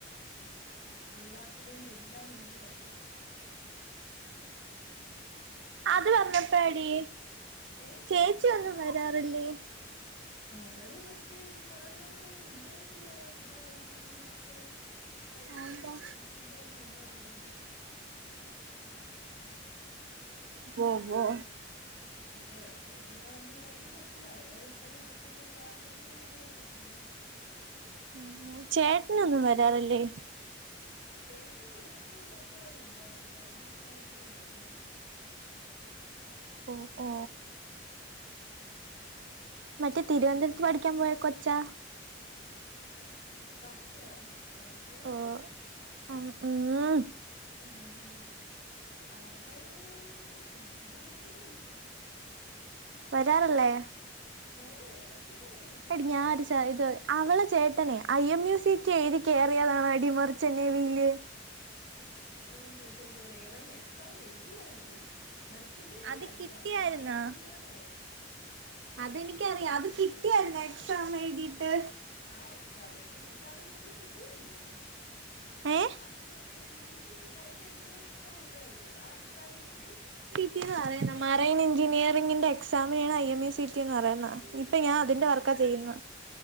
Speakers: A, on the left; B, on the right.
A: എല്ലാത്തിനെയും വെല്ലാൻ നമുക്ക് പറ്റണം.
B: അത് വന്നപ്പഴാടി
A: ഏ
B: ചേച്ചി ഒന്നും വരാറില്ലേ?
A: അവള് മറ്റേ കുറെ നാളൂടെ നിന്നായിരുന്നല്ലേ ഏതാ തിരുവാതിരക്ക് ഒരു മാസം കഴിഞ്ഞ
B: അതെന്താ
A: ഒരു മാസം അടിപ്പിച്ചെന്തോ അത് നിന്നായ്രുന്നല്ലേ.
B: ഉവ്വ ഉവ്വോ
A: പിന്നെ എടക്കടക്കങ്ങനെ വന്ന് നിക്കാനൊന്നും പറ്റൂല. അവി ഇത്തരം ഒറ്റക്കായിട്ട് കളഞ്ഞിട്ടല്ലേ ഒരു ബടെന്ന് നിക്കുന്നെ.
B: ഉം ഉം ചേട്ടനൊന്നും വരാറില്ലേ?
A: ചേട്ട ഇടക്ക് കൊറച്ച്നാളിവടെ ഉണ്ടായിരുന്നു പനിയൊക്കെ ആയിട്ടിങ്ങ് വന്നായിരുന്ന്.
B: ഓഹ് ഓ
A: ഉ <inaudible>
B: മറ്റേ തിരുവൻന്തപുരത്ത് പഠിക്കാൻ പോയ കൊച്ചാ?
A: വർഷയോ. ആ വ്വള്
B: ഓ ഉം ഉം
A: ഏഹേ അവള് അവളവിടെ തന്നു ണ്ട്.
B: വരാറില്ലേ
A: വരും എടക്കൊക്കെ വരും.
B: എടി
A: വന്നാലും
B: ഞാ സാ
A: മറ്റേ
B: ഇത് അവളെ ചേട്ടനേ I M U C T എഴുതി കേറിയതാണോ ടി മർച്ചൻ്റ് നേവിയില്.
A: ഊഹ് അങ്ങനെയൊന്നും ചോദിച്ചാ എനിക്കറിയില്ല ഏതാണ്ട് എക്സാം എഴുതിയായിര്ന്ന്. മെർച്ചൻ്റ് നേവി
B: അത്
A: അല്ല
B: കിട്ടിയായിരുന്നാ
A: മറെയിൻ എഞ്ചിനീയറങ്ങാണ്.
B: അതെനിക്കറിയാ. അത് കിട്ടിയായ്‌രുന്നൊ എക്സാം എഴുതിയിട്ട്?
A: ആഹ് എക്സാം എഴുതി കിട്ടാതെ ഇവർക്ക് കിട്ടൂലല്ലോ.
B: ഏ
A: അതിന് മ റ്റില് മീറ്റ് ഒക്കെ പോൽത്തെ എന്തെരോ ഒരു എക്സാം ഉണ്ടായിരുന്ന്, ആ എക്സാം എഴുതി.
B: റ്റീന്ന് പറയുന്ന മറൈൻ എഞ്ചിനീയറിംഗിന്റെ എക്സാംമെ ആണ് ഐ എം എസ് സിറ്റി എന്ന് പറയ്ന്ന. ഇപ്പ ഞാൻ അതിന്റെ വർക്കാ ചെയ്യുന്ന.